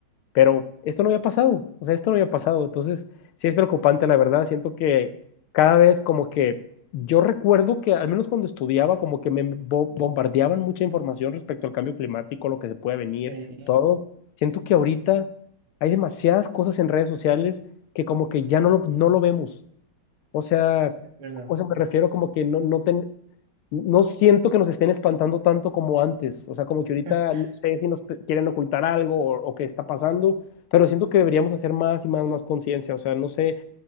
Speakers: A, on the left (about 80°); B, on the right (about 80°).
A: pero esto no había pasado, o sea, esto no había pasado, entonces sí es preocupante, la verdad, siento que cada vez como que yo recuerdo que al menos cuando estudiaba como que me bo- bombardeaban mucha información respecto al cambio climático, lo que se puede venir,
B: Sí,
A: todo. Siento que ahorita hay demasiadas cosas en redes sociales que como que ya no lo, no lo vemos. O sea,
B: es verdad.
A: o sea, me refiero como que no, no ten- no siento que nos estén espantando tanto como antes. O sea, como que ahorita
B: <laughs>
A: no sé si nos te- quieren ocultar algo o, o qué está pasando, pero siento que deberíamos hacer más y más, más conciencia. O sea, no sé,